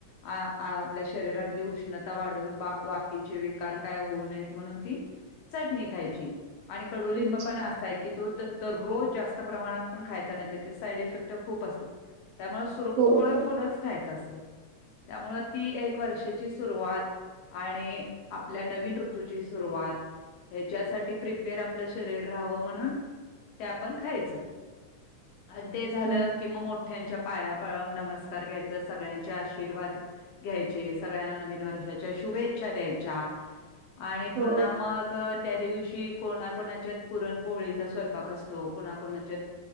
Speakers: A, on the left (about 75°); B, on the right (about 85°).
A: आपल्या शरीरातली उष्णता वाढून वाकीचे विकार काय होऊ नयेत म्हणून ती चट निघायची. आणि कडुलिंब
B: अच्छा
A: पण असाय की, तो दरोज जास्त प्रमाणात पण खायचा नाही, त्यांचे साईड इफेक्ट खूप असतात. त्यामुळें
B: होय
A: थोड
B: होय
A: थोडंच खायचं असते. त्यामुळं ती एक वर्षाची सुरवात. आणि आपल्या नवीन ऋतूची सुरवात, हेच्यासाठी प्रिप पेर आपलं शरीर राहावं म्हणून, ते आपण खायचं आणि ते झालं.
B: हा
A: की मग मोठ्यांच्या पाया पळ-नमस्कार घ्यायचं, सगळ्यांच आशीर्वाद. घ्यायचे, सगळ्यांना नवीन वर्षाच्या शुभेच्छा द्यायच्या. आणि
B: हो
A: पुन्हा मग त्या दिवशी. कोणाकोणाच्यात पुरणपोळीचा स्वयंपाक असतो, कोणाकोणाच्यात.